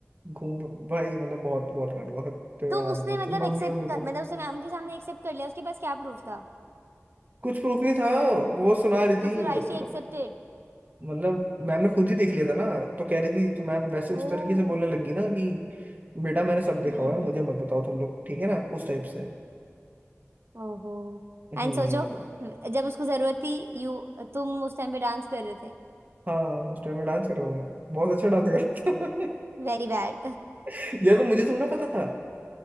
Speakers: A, on the right; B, on the right.
A: घूम भाई मतलब बहुत बहुत लड़ बहुत मतलब
B: तो उसने मतलब
A: मम्मी
B: एक्सेप्ट
A: मम्मी
B: कर
A: को
B: मतलब उसने मैम के सामने एक्सेप्ट कर लिया उसके पास क्या प्रूफ था
A: कुछ प्रूफ नहीं था वो सुना रही थी
B: तो फिर आई
A: और
B: शी एक्सेप्टेड
A: मत- मतलब मैम ने खुद ही देख लिया था ना तो कह रही थी तो मैम वैसे
B: ओ
A: उस तरीके से बोलने लगी ना कि बेटा मैंने सब देखा
B: हम्म
A: हुआ है मुझे मत बताओ तुम लोग ठीक है ना उस टाइप से
B: ओहो
A: हम्म
B: एंड सोचो जब उसको जरूरत थी यू तुम उस टाइम पे डांस कर रहे थे
A: हाँ उस टाइम में डांस कर रहा था बहुत अच्छा डांस कर रहा था
B: Very bad
A: <laughs> यह तो मुझे थोड़ा पता था